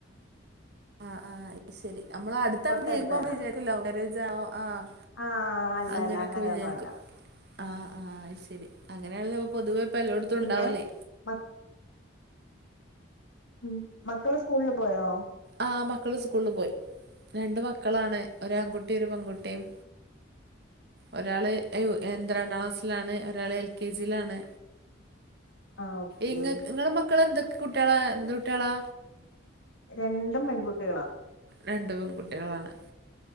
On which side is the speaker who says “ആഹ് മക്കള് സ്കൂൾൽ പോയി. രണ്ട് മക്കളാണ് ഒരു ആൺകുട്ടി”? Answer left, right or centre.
Right